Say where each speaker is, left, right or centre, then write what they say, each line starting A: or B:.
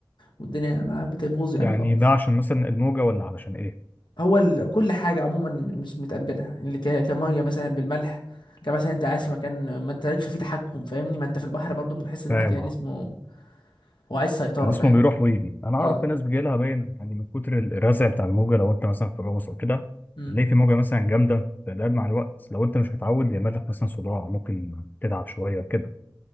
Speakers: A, on the left; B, on the left.
A: والدنيا معاه بتبوظ يعني
B: يعني
A: خالص
B: ده عشان مثلا الموجه ولا علشان ايه
A: هو ال... كل حاجه عموما مش متقبلها اللي ك... كميه مثلا بالملح كمثلا انت قاعد في مكان ما انت لكش فيه تحكم فاهمني ما انت في البحر برضو بتحس الواحد
B: فاهم
A: كده جسمه
B: اه
A: هو عايز سيطره
B: جسمه
A: فاهم
B: بيروح ويجي انا
A: اه
B: اعرف في ناس بيجي لها باين يعني من كتر الرزع بتاع الموجه لو انت مثلا في الرقص او كده
A: امم
B: تلاقي في موجه مثلا جامده فده مع الوقت لو انت مش متعود يعمل لك مثلا صداع ممكن تتعب شويه كده